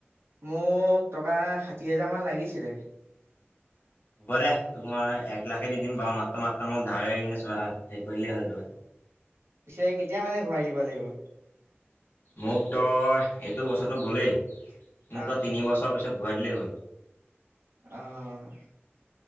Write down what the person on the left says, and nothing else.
হ'ব দে তোক মই এক লাখে দি দিম বাৰু মাত্ৰ, মাত্ৰ মোক ধাৰে ন হেৰিলেই হ'ল তই।
মোক তই এইটো বছৰটো গ'লেই মোক
তই তিনিবছৰ পিছত ঘূৰাই দিলে হ'ল।